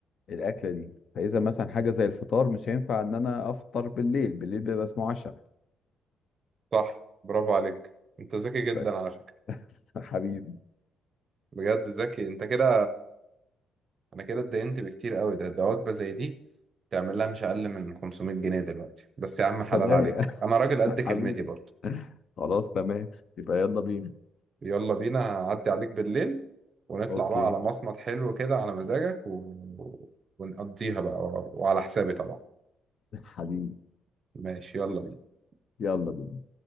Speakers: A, on the left; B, on the right.
A: الأكلة دي فإذا مثلا حاجة زي الفطار مش هينفع إن أنا أفطر بالليل بالليل بيبقى اسمه عشاء
B: صح برافو عليك انت ذكي جدا
A: ف-
B: على فكرة
A: <laughs> حبيبي
B: بجد ذكي انت كده انا كده اتدينت بكتير قوي ده ده وجبة زي دي تعمل لها مش أقل من 500 جنيه دلوقتي بس يا عم حلال
A: فده
B: عليك انا راجل
A: <laughs>
B: قد كلمتي
A: حبيبي
B: برضه
A: خلاص تمام يبقى يلا بينا
B: يلا بينا هعدي عليك بالليل ونطلع
A: أوكي
B: بقى على مصمت حلو كده على مزاجك و... ونقضيها بقى وعلى حسابي طبعا
A: <laughs> حبيبي
B: ماشي يلا بينا
A: يلا بينا